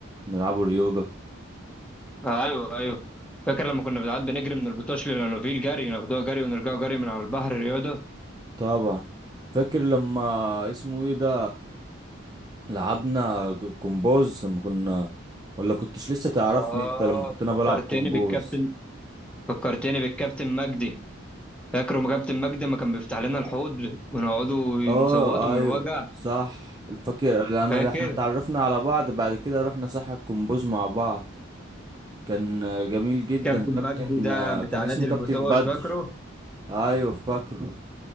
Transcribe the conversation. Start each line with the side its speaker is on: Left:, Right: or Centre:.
Right: بنلعبوا رياضة
Centre: آه، ايوه ايوه فاكر لما كنا ساعات بنجري من البطوش للانوفيل جري ناخدوها جري ونرجعوا جري من على البحر رياضه
Right: طبعا فاكر لما اسمه ايه ده لعبنا ج- كومبوز لما كنا ولا كنتش لسه تعرفني
Centre: اه
Right: انت لما كنت انا
Centre: فكرتني
Right: بلعب كومبوز
Centre: بالكابتن فكرتني بالكابتن مجدي فاكر ما كابتن مجدي ما كان بيفتح لنا الحوض ونقعدوا نصوتوا
Right: اه
Centre: من
Right: ايوه
Centre: الوجع
Right: صح الفكر لان
Centre: فاكر
Right: احنا اتعرفنا على بعض بعد كده رحنا ساحة الكومبوز مع بعض كان آه، جميل جدا
Centre: كابتن
Right: كابتن
Centre: مجدي ده
Right: آه،
Centre: بتاع
Right: كان اسمه
Centre: نادي
Right: كابتن
Centre: البتوش
Right: بدر
Centre: فاكره
Right: ايوه فاكره